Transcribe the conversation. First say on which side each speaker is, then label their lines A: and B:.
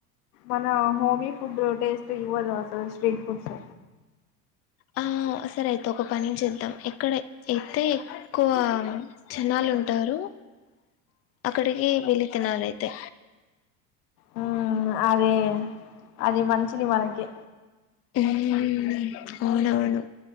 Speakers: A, on the left (about 85°); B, on the left (about 30°).
A: మన హోమీ ఫుడ్ టేస్ట్ ఇవ్వదు అసలు స్ట్రీట్ ఫుడ్స్
B: ఆ.... సరే అయితే ఒక పని చేద్దాం. ఇక్ అక్కడ అయితే క్కువ జనాలు ఉన్ టారు అక్కడకి వెళ్ళి తినాలి అయితే
A: మ్మ్..... అదే అది మంచిది మనకే
B: మ్మ్.... అవునవును